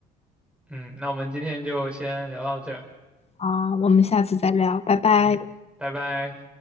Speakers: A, in the centre; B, on the left.
A: 嗯，那我们今天就先聊到这儿。
B: 好，我们下次再聊，拜拜。
A: 嗯，拜拜。